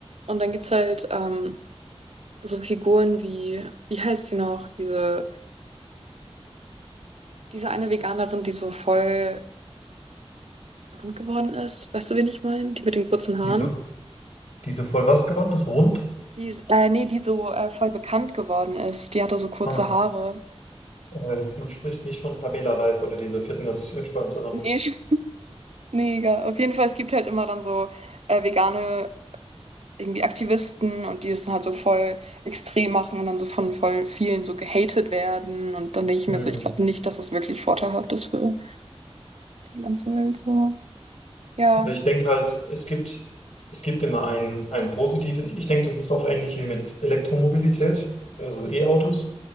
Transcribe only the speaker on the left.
Diese, diese voll was geworden ist? Rund?
Ah,
Äh, Du sprichst nicht von Pamela Reif oder dieser Fitness-Influencerin.
Hm.
Also ich denke halt, es gibt, es gibt immer ein, ein positives. Ich denke, das ist auch ähnlich wie mit Elektromobilität, also E-Autos.